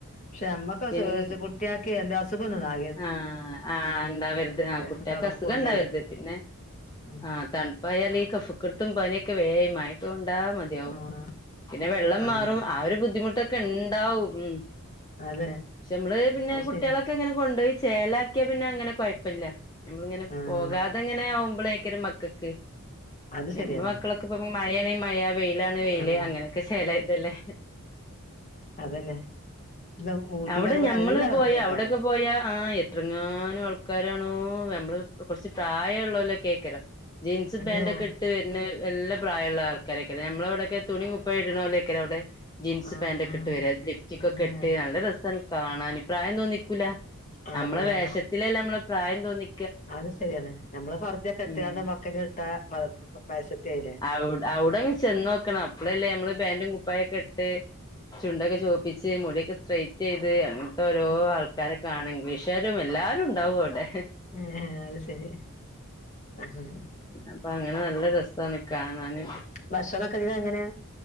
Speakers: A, on the left (about 35°); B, on the left (about 20°).
A: പഷെ ഞമ്മക്ക് <unintelligible>
B: പിന്നെ
A: കുട്ട്യേക്ക് എന്ത അസുഖൊന്നു കാ
B: ആഹ് ആഹ് ഇണ്ടാവര്ത്
A: കുട്ടിയാക്ക്
B: ആഹ് കുട്ടീക്
A: തണുപ്പോണ്ടേ
B: അസുഖണ്ടാവര്ത് പിന്നെ
A: ഉം
B: ആഹ് തൺപ്പായാല് ഈ കഫക്കെട്ടും പനിയൊക്കെ വേം മഴ കൊണ്ടാ മതി യൊ
A: ആഹ്
B: പിന്നെ വെള്ളം
A: അതന്നെ
B: മാറും ആഹ് ഒര് ബുദ്ധിമുട്ടൊക്കെണ്ടാവും ഉം
A: അതെ
B: പഷെമ്മള് പിന്നെ
A: അത്
B: കുട്ടീളൊക്കെ
A: ശരി
B: ഇങ്ങനെ കൊണ്ടോയി ചേലാക്ക്യ പിന്നെ അങ്ങനെ കൊയ പ്പല്ല നമ്മളിങ്ങനെ
A: ആഹ്
B: പോകാതങ്ങ്നെ ആവുമ്പളെക്കാരം മകക്ക്
A: അത്
B: ഞമ്മ്ളെ
A: ശരിയാണ്
B: മക്കളൊക്കെ ഇപ്പ മഴാണെ മഴ വെയിലാണെ വെയില്
A: ആഹ്
B: അങ്ങനൊക്കെ ശേലയതല്ലെ
A: അതന്നെ പി ഊട്ടീലൊക്കപ്പ
B: അവിടെ ഞമ്മള്
A: നല്ല തണ്പ്പെക്കാരം
B: പോയ അവിടൊക്കെ പോയാ ആഹ് എത്രങ്ങാനും ആൾക്കാരണോ. ഞമ്മ്ള് കൊറച്ച് പ്രായള്ളോലെക്കാരം ജീൻസ്
A: അന്നെ
B: പാന്റൊക്കട്ട് വര്ണ നല്ല പ്രായള്ള ആൾ കാരയ്കലെ ഞമ്മ്ളവ്ടൊക്കെ തുണീ കുപ്പായിട്ണോലെക്കാരം അവടെ ജീൻസ്
A: ആഹ്
B: പാന്റൊക്കെ ഇട്ട് വര ലിഫ്റ്റികൊക്കട്ട്
A: അന്നെ
B: നല്ല രസം കാണാൻ പ്രായം തോന്നിക്കൂല
A: ആഹ്
B: ഞമ്മളെ
A: ആഹ്
B: വേഷത്തിലല്ല
A: ആഹ്
B: ഞമ്മളെ പ്രായം തോന്നി
A: അത് ശരിയാണ് ഞമ്മള് പർദ ക്ക്ട്ടാണ്ട്
B: ഉം
A: മക്കനിം ഇട്ടാ. വയസത്തി ആയിലെ
B: ഔട് അവിടെ ചെന്നോക്കണം അപ്പളല്ലെ മ്മള് പാന്റും കുപ്പായൊക്കെ ഇട്ട് ചുണ്ടൊക്കെ ചോ മിച്ച് മുടിയൊക്കെ സ്ട്രൈറ്റീത് അങ്ങൻത്തോരൊ
A: ആഹ്
B: ആൾക്കാരൊക്കെ കാണ് ഇംഗ്ലീഷാരും എല്ലാരും ഇണ്ടാവവടെ
A: ഏഹ് അഹ് സരി ആഹ്
B: അപ്പ അങ്ങന നല്ല രസാണ് കാണാന്
A: ഭക്ഷണൊക്കെങ്ങ അങ്ങനെ